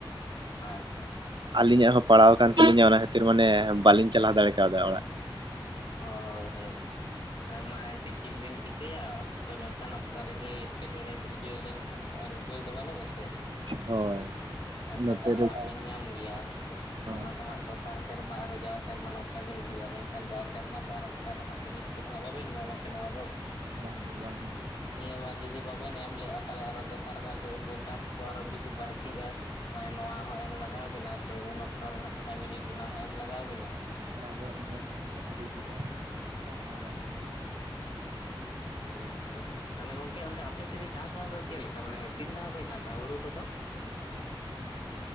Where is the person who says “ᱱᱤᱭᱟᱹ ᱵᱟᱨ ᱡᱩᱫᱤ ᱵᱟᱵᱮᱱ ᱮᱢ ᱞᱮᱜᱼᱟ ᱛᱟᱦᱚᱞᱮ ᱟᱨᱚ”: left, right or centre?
Left